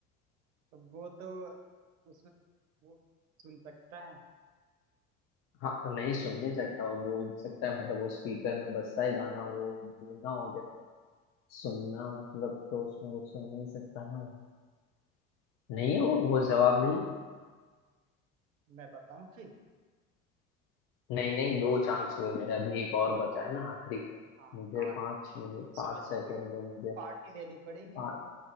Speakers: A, on the right (about 70°); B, on the left (about 35°).
A: अब वो तो उसमें वो सुन सकता है
B: हाँ नहीं सुन नहीं सकता वो बोल सकता है मतलब वो स्पीकर में बजता है गाना वो बोलना हो गया सुनना मतलब तो उसमें कुछ सुन नहीं सकता ना वो नहीं है वो वो जवाब नहीं
A: मैं बताऊं फिर
B: नहीं नहीं दो चांस हुए मेरे अभी एक और बचा है ना आखिरी
A: हाँ
B: मुझे
A: आग
B: पाँच मिनट पाँच
A: सोच
B: सेकंड
A: लो
B: दो मुझे
A: पार्टी देनी पड़ेगी
B: पा,